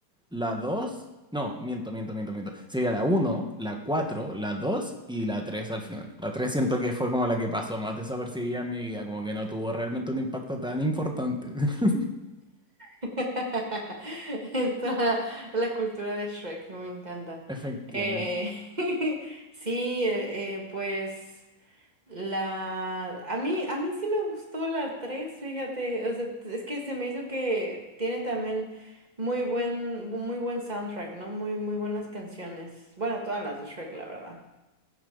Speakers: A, in the centre; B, on the right.
A: la dos No, miento, miento, miento, miento. Sería la uno la cuatro la 2 y la 3 al final. La 3 siento que fue como la que pasó más desapercibida en mi vida, como que no tuvo realmente un impacto tan importante. <laughs>
B: <laughs> En Toda la cultura de Shrek, que me encanta.
A: Efectivamente.
B: Eh, <laughs> sí, eh, eh, pues. La... A mí, a mí sí me gustó la 3 fíjate, o sea, t- es que se me hizo que tiene también muy buen, bu- muy buen soundtrack, ¿no? Muy, muy buenas canciones. Bueno, todas las de Shrek, la verdad,